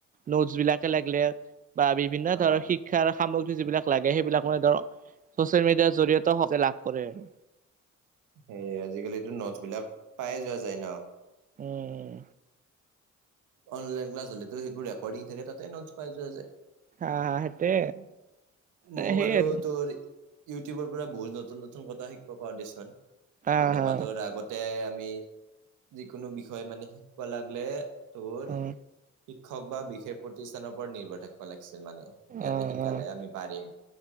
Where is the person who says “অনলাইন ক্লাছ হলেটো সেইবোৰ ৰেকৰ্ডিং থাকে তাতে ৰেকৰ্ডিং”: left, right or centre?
Right